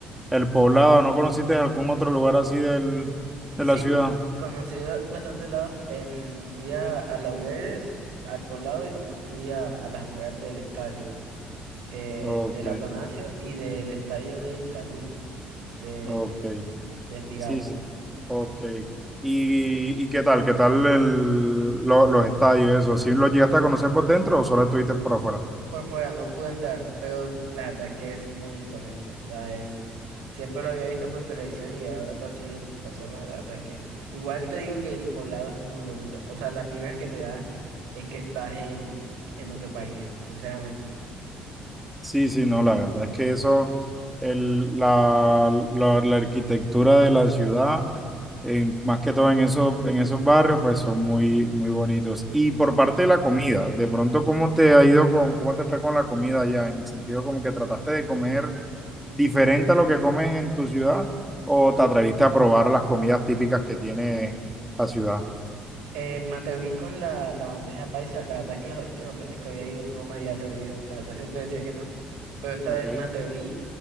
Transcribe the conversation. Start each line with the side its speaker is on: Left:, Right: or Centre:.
Centre: El Poblado, ¿no conociste algún otro lugar así del, de
Right: Sí,
Centre: la ciudad?
Right: conocí ba- bastantes lados. En, fui a, a Laureles, al Poblado y también fui a, a las afueras del estadio, eh,
Centre: Ok,
Right: del Atanasio y del estadio de Itagüí, de,
Centre: ok.
Right: de Envigado.
Centre: Sí, sí. Ok. ¿Y, y qué tal? ¿Qué tal el- lo- los estadios, eso? ¿Sí los llegaste a conocer por dentro o solo estuviste por afuera?
Right: Por fuera no pude entrar, pero la verdad que es muy imponente. O sea, es, siempre lo había visto por televisión y ya verlo así en persona, la verdad es que igual te digo que el poblado es muy bonito. O sea, las vibras que te da es que estás en, en otro país, sinceramente.
Centre: Sí, sí, no, la verdad es que eso, el- la, la- la arquitectura de la ciudad, en- más que todo en esos, en esos barrios, pues son muy, muy bonitos. Y por parte de la comida, de pronto, ¿cómo te ha ido con, cómo te fue con la comida allá? En el sentido como que trataste de comer. diferente a lo que comes en tu ciudad o te atreviste a probar las comidas típicas que tiene la ciudad?
Right: Eh, me atreví con la, la bandeja paisa. La verdad es que las últimas veces que había ido no me había atrevido. La verdad siempre decía que no. Pero esta
Centre: Ok.
Right: vez me atreví.